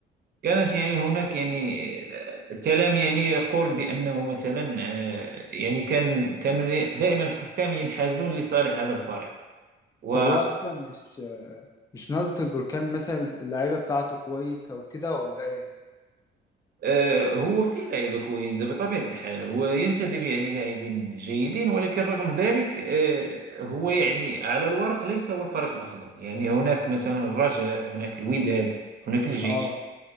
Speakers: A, on the right; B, on the left.
A: كانت يعني هناك يعني آه، كلام يعني يقول بأنه مثلا آه، يعني كان كانوا دائما الحكام ينحازون لصالح هذا الفريق و
B: طب هو اصلا مش مش نهضة البركان مثلا اللعيبة بتاعته كويسة وكده ولا ايه؟
A: آه، هو في لعيبة كويسة بطبيعة الحال هو ينتدب يعني لاعبين جيدين ولكن رغم ذلك آه، هو يعني على الورق ليس هو الفريق الأفضل يعني هناك مثلا
B: مم.
A: الرجاء هناك الوداد هناك الجيش
B: اه